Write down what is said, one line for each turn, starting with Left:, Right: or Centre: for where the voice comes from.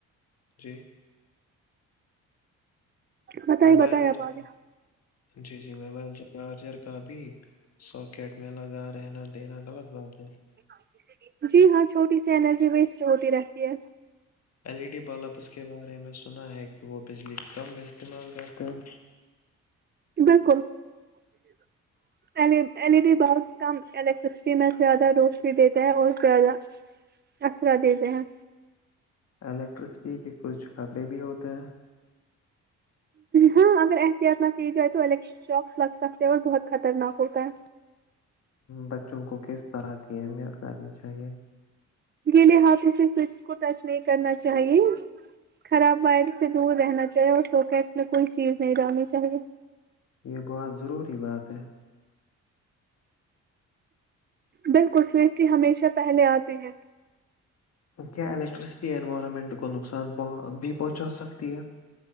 Left: جی
Right: بتائیے
Left: موبائل
Right: بتائیے آپ
Left: چاہ <unintelligible>
Right: آگے
Left: جی جی موبائل چارجر کا بھی ساکٹ میں لگا رہنا دین غلط بات ہے
Right: <inaudible> <inaudible> جی ہاں چھوٹی سی انرجی ویسٹ ہوتی رہتی ہے
Left: ایل ای ڈی بلبس کے بارے میں سنا ہے کہ وہ بجلی کم استعمال کرتے ہیں
Right: بالکل <inaudible> <inaudible> ایل ای ڈی بلبس کم الیکٹرسٹی میں زیادہ روشنی دیتے ہیں اور زیادہ اسرا دیتے ہیں
Left: الیکٹرسٹی کے کچھ خطرے بھی ہوتے ہیں
Right: ہاں اگر احتیاط نہ کی جائے تو الیکٹرک شواکس لگ سکتے اور بہت خطرناک ہوتا ہے
Left: بچوں کو کس طرح کی اہمیت کرنی چاہیے
Right: گی لے ہاتھوں سے سوچس کو ٹچ نہیں کرنا چاہیے خراب وائل سے دور رہنا چاہیے اور سواکٹس میں کوئی چیز نہیں ڈنی چاہیے
Left: یہ بہت ضروری بات ہے
Right: بالکل سوٹی ہمیشہ پہلے آتے ہیں
Left: کیا ایکٹرسٹی اوارمنٹ کو نقصانہ بھی پہنچا سکتی ہے